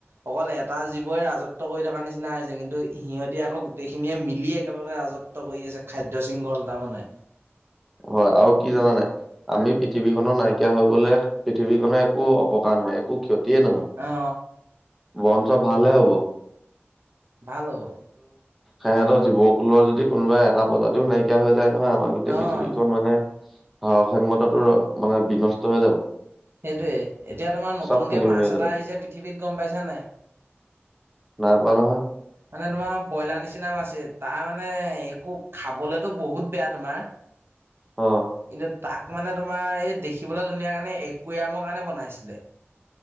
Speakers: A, on the right; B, in the centre.
A: অকল এটা জীৱই ৰাজত্ব কৰি থকা নিচিনা হৈছে। কিন্তু, সিহঁতি আকৌ গোটেইখিনিয়ে মিলি একেলগে ৰাজত্ব কৰি আছে। খাদ্য শৃংখল তাৰমানে।
B: হয় আৱ কি জানা নাই? আমি পৃথিৱীখনত নাইকিয়া হৈ গলে পৃথিৱীখনৰ একো অপকাৰ নহয়, একো ক্ষতি। য়ে নহয়।
A: অ
B: বৰঞ্চ ভালহে হব।
A: ভাল হ'ব।
B: সিহঁতৰ জীৱ কুলৰ যদি কোনোবা এটা প্ৰজাতিও নাইকিয়া হৈ যায় নহয়। আমাৰ গোটেই পৃথিৱীখন
A: অ',
B: মানে সাৰাহাইমূহ মানে বিনষ্ট হৈ যাব।
A: সেইটোৱেই এতিয়া তোমাৰ নতুনকে
B: চব খেলি মেলি
A: মাছ
B: হৈ যাব
A: এটা আহিছে পৃথিৱীত গম পাইছানে নাই।
B: নাই পোৱা নহয়।
A: মানে তোমাৰ ব্ৰইলাৰ নিচিনা আছে তাৰ মানে একো খাবলেতো বহুত বেয়া তোমাৰ।
B: অ
A: কিন্তু। তাক মানে তোমাৰ এই দেখিবলৈ ধুনীয়া কাৰণে একুৱেয়ামৰ কাৰণে বনাইছিলে।